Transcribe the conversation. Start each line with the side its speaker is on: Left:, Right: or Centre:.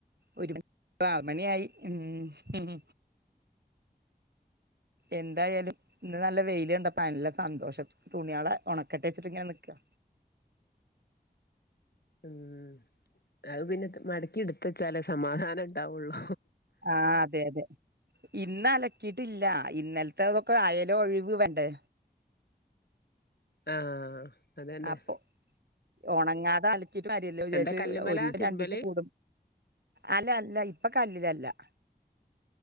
Right: ഒരു മണി ആറ് മണി ആയി ഉം ഉം എന്തായാലും ഇന്ന് നല്ല വെയില് കണ്ടപ്പ നല്ല സന്തോഷം തുണിയാളെ ഒണക്കെട്ടെച്ചിട്ട് ഇങ്ങനെ നിക്കാ
Left: ഉം അത് പിന്നെ ത് മടക്കി എടുത്തെച്ചാലേ സമാധാനം ഇണ്ടാവുള്ളൂ
Right: ആഹ് അതെ അതെ ഇന്ന് അലക്കിയിട്ടില്ലാ ഇന്നലത്തെ അതൊക്കെ അയലൊഴിവ് വേണ്ടേ
Left: ആഹ് അതന്നെ
Right: അപ്പൊ ഒണങ്ങാതെ അലക്കീട്ട് കാര്യല്ലാ വിചാരിട്ട്
Left: എന്താ കല്ലുമ്മലാ
Right: ഒരീസം
Left: തിരുമ്പല്
Right: രണ്ടീസം കൂടു അല്ല അല്ല ഇപ്പൊ കല്ലിലല്ലാ